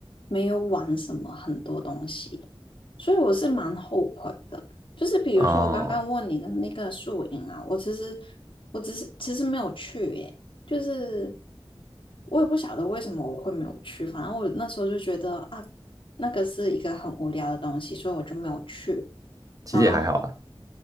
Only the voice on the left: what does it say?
没有玩什么很多东西，所以我是蛮后悔的。就是比如说我刚刚问你的那个宿营啊，
我其实我只是其实没有去耶，就是我也不晓得为什么我会没有去，反正我那时候就觉得啊，那个是一个很无聊的东西，所以我就没有去。
然后